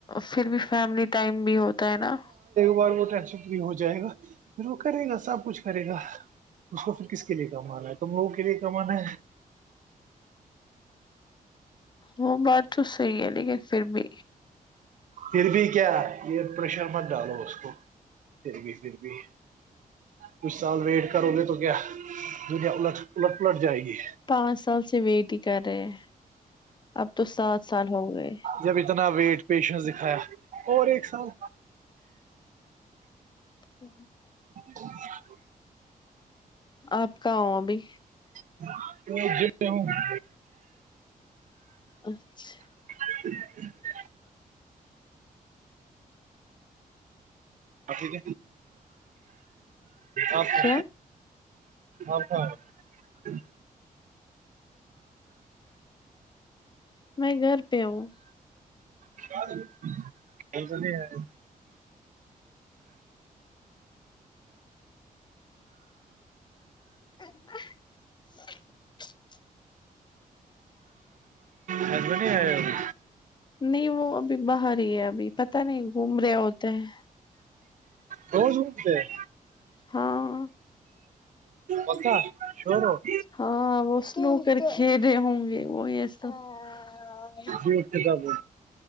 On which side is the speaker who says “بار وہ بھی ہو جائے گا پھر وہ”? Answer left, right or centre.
Right